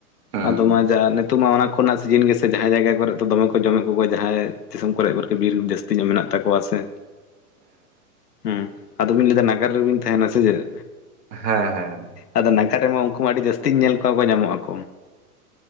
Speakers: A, on the right; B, on the left.
A: ᱦᱩᱸ
B: ᱟᱫᱚ ᱢᱟ ᱱᱤᱛᱳ ᱢᱟ ᱚᱱᱟ ᱠᱚᱨᱮᱱᱟᱜ ᱥᱤᱡᱤᱱ ᱜᱮᱥᱮ ᱡᱟᱦᱟ ᱭ ᱡᱟᱭᱜᱟ ᱠᱚᱨᱮ ᱫᱚᱢᱮ ᱠᱚ ᱡᱚᱢᱮᱫ ᱠᱚᱜᱣᱟ ᱡᱟᱦᱟᱭ᱾ ᱫᱤᱥᱚᱢ ᱠᱚᱨᱮ <inaudible> ᱵᱤᱨ ᱡᱟᱹᱥᱛᱤ ᱧᱚᱜ ᱢᱮᱱᱟᱜ᱾ ᱛᱟᱠᱚᱣᱟ ᱥᱮ ᱦᱮᱸ ᱟᱫᱚ ᱵᱤᱱ ᱞᱟᱹᱭᱫᱟ ᱱᱟᱜᱟᱨ ᱨᱮᱵᱤᱱ ᱛᱟᱦᱮᱸᱱᱟ ᱥᱮ ᱪᱮᱫ᱾
A: ᱦᱮᱸ ᱦᱮᱸ
B: ᱟᱫᱚ ᱱᱟᱜᱟᱨ ᱨᱮᱢᱟ ᱩᱱᱠᱩ ᱢᱟ ᱟᱹᱰᱤ ᱡᱟᱹᱥᱛᱤᱧ ᱧᱮᱞ ᱠᱚᱣᱟ ᱠᱚ ᱧᱟᱢᱚᱜ ᱟᱠ᱾